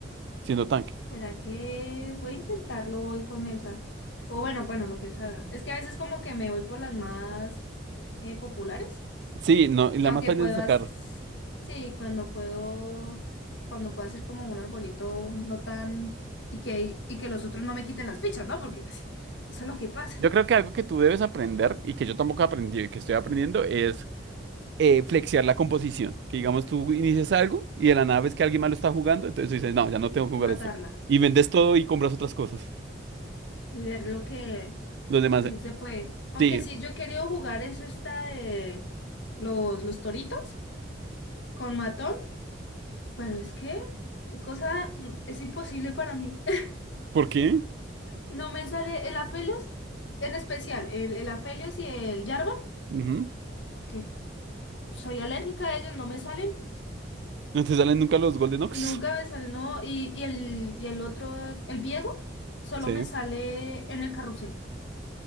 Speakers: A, on the right (about 60°); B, on the left (about 75°).
A: siendo tanque.
B: ¿Será que voy a intentarlo hoy con esa? O bueno, bueno, lo que salga. Es que a veces como que me voy por las más eh, populares.
A: Sí, no, y la
B: Y aunque
A: más fácil
B: puedas,
A: de sacar.
B: sí, cuando puedo, cuando puedo hacer como un arbolito no tan... Y que, y que los otros no me quiten las fichas, ¿no? Porque pues, eso es lo que pasa.
A: Yo creo que algo que tú debes aprender y que yo tampoco aprendí, que estoy aprendiendo, es eh, flexear la composición. Que digamos, tú inicias algo y de la nada ves que alguien más lo está jugando, entonces tú dices, no, ya no tengo que jugar
B: matarla
A: esto. Y vendes todo y compras otras cosas.
B: <laughs> y ver lo que,
A: Los demás,
B: lo que
A: eh,
B: sí se puede. Aunque
A: sí,
B: sí, yo he querido jugar es esta de los, los toritos con matón, pero es que qué cosa mm, es imposible para mí. <laughs>
A: ¿por qué?
B: No me sale el Aphelios, en especial el, el Aphelios y el Jarvan,
A: Ujú.
B: que soy alérgica a ellos, no me salen,
A: No te salen nunca los Golden Ox.
B: nunca me salen, no, y, y el, y el otro, el Viego, solo
A: Sí,
B: me sale en el carrusel.